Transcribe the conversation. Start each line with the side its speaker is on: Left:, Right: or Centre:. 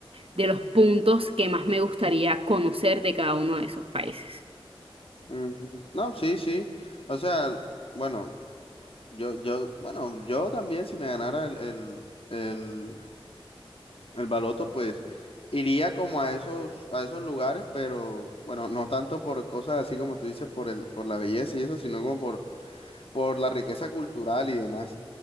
Right: de los puntos que más me gustaría conocer de cada uno de esos países.
Left: mm, No, sí, sí. O sea, bueno, yo, yo, bueno, yo también si me ganara el, el, el El baloto, pues, iría como a esos, a esos lugares, pero bueno, no tanto por cosas así como tú dices, por el, por la belleza y eso, sino como por, por la riqueza cultural y demás.